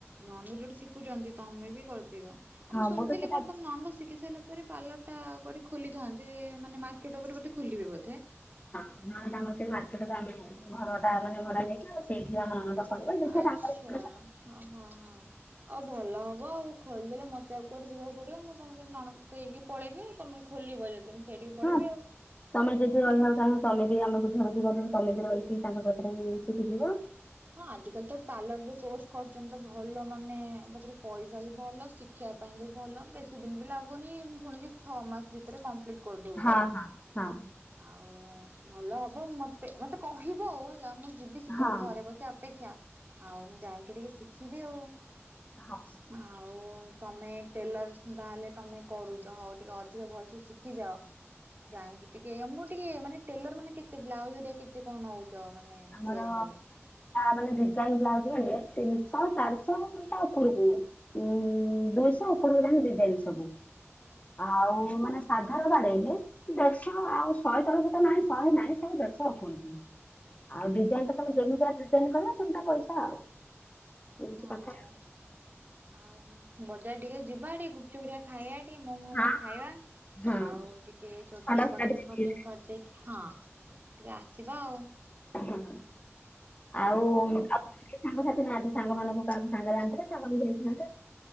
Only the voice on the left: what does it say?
ହଁ
ତ ସେଟା
ନ ତାଙ୍କର ସେଇ ମାର୍କେଟରେ ଆମେ ଘର ଟା ମାନେ ଭଡା ନେଇକି ଆଉ ସେଇଠି ଆମ ନଣନ୍ଦ କରିବେ ଦେଖିବା
ତାଙ୍କର ଏପଟ
ସେପଟ
ହଁ
ତମେ ଯଦି ରହିବାକୁ ଚାହୁଚ ତମେ ବି ଆମେ ବୁଝାବୁଝି କର ତମେ ବି ରହିକି ତାଙ୍କ ସିକି ଯିବ।
ହଁ ହଁ
ହଁ।
ହଁ।
ଆମର
ମାନେ ଡିଜାଇନ ବ୍ଲାଉଜ ନ ତିନିଶହ ଚାରିଶହ ତା ଉପରକୁ ଉଁ ଦୁଇଶହ ଉପରକୁ ଜଣି ଦି ଜଣିି ସବୁ ଆଉ ମାନେ ସା ର ବାଡେଇଲେ ଦେଢଶହ ଆଉ ଶହେ ତରଶ ତ ନାଇଁ ଶହେ ନାଇଁ ସବୁ ଦେଢଶହ କୁ ଆଉ ଡିଜାଇନ ଟା ତମେ ଯେମିତିଟ ଡିଜାଇନ କ ସେମିଟା ପଇସା ଆଉ ଏମିତି
କଥା
ହଁ
ହଁ
ଭଲ କଥା
ଦେଖିଛି।
ହଁ ଆଉ ସାଙ୍ଗସଥି ନାହାନ୍ତିେ ସାଙ୍ଗମାନଙ୍କୁ କାହାକୁ ସାଙ୍ଗରେ ଯାଆନ୍ତିେ ସାଙ୍ଗ ବି ଯାଇଥାନ୍ତି